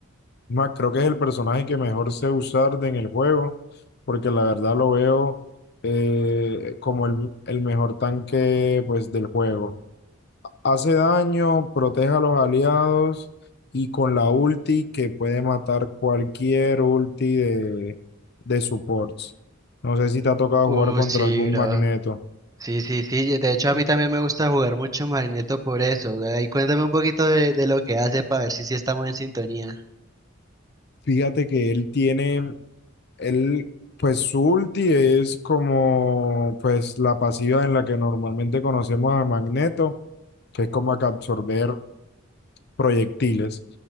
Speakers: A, on the left (about 55°); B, on the right (about 20°).
A: Más, creo que es el personaje que mejor sé usar de- en el juego, porque la verdad lo veo eh, como el, el mejor tanque pues, del juego. Hace daño, protege a los aliados y con la ulti que puede matar cualquier ulti de, de supports. No sé si te ha tocado
B: Uh,
A: jugar contra
B: sí,
A: algún
B: bro.
A: Magneto.
B: Sí, sí, sí. De hecho, a mí también me gusta jugar mucho Magneto por eso. Ahí cuéntame un poquito de, de lo que hace para ver si sí estamos en sintonía.
A: Fíjate que él tiene Él, pues su ulti es como pues la pasiva en la que normalmente conocemos a Magneto, que es como que absorber proyectiles.